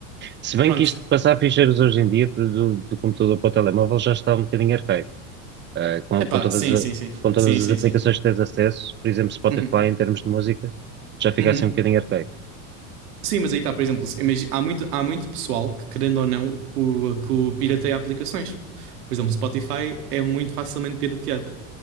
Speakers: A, on the right (about 25°); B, on the right (about 85°).
A: Se bem
B: Pronto,
A: que isto de passar ficheiros hoje em dia do, do computador para o telemóvel já está um bocadinho arcaico. eh, com,
B: Epá,
A: com todas
B: sim,
A: a-
B: sim, sim.
A: com todas
B: Sim, sim,
A: as aplicações
B: sim.
A: que tens acesso, por exemplo, Spotify
B: Uhum,
A: em termos de música, já fica
B: uhum.
A: assim um bocadinho arcaico,
B: Sim, mas aí está, por exemplo, imagi- há muito, há muito pessoal que, querendo ou não, que o, que o pirateia aplicações. Por exemplo, Spotify é muito facilmente pirateado.